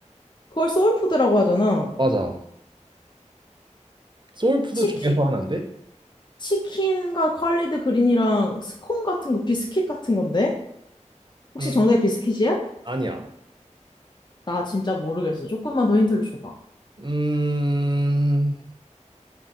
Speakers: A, on the left; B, on the right.
A: 그걸 소울푸드라고 하잖아.
B: 맞아. 소울푸드
A: 치킨
B: 중에서 하나인데?
A: 치킨과 컬리드 그린이랑 스콘 같은 거, 비스킷 같은 건데? 혹시
B: 음,
A: 정답이 비스킷이야?
B: 아니야.
A: 나 진짜 모르겠어. 조금만 더 힌트를 줘봐.
B: 음,